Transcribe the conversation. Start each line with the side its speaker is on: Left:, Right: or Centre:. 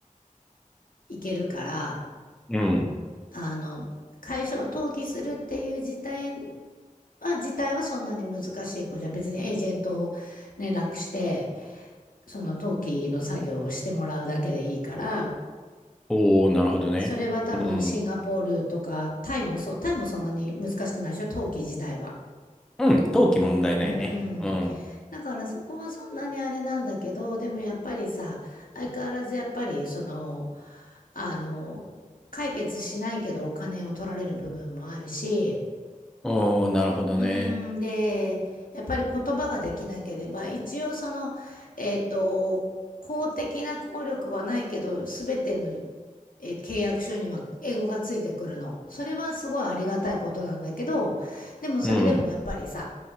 Left: いけるから、
Centre: うん。
Left: あの、会社を登記するっていう事態は、事態はそんなに難しい子じゃ、別にエージェントを連絡して、その登記の作業をしてもらうだけでいいから、
Centre: おー、なるほどね。
Left: それは多分シンガポールとか、
Centre: うん。
Left: タイもそう、タイもそんなに難しくないでしょ、登記自体は。
Centre: うん。登記問題ないね。
Left: うんう
Centre: うん。
Left: ん。だからそこはそんなにあれなんだけど、でもやっぱりさ、相変わらずやっぱりその、あの、解決しないけどお金を取られる部分もあるし、
Centre: おー、なるほどね。
Left: うーん、で、やっぱり言葉ができなければ、一応その、えっと、公的な効力はないけど、すべての、えー契約書には英語がついてくるの。それはすごいありがたいことなんだけど、でもそれでもやっぱりさ、
Centre: うん。